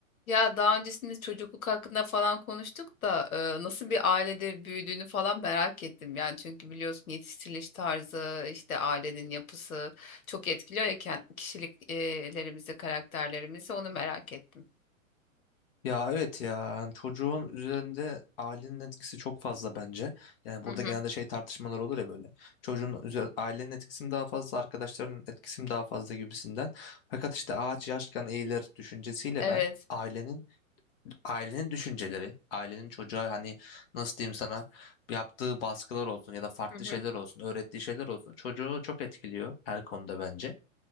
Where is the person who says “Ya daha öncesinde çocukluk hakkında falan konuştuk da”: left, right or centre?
Left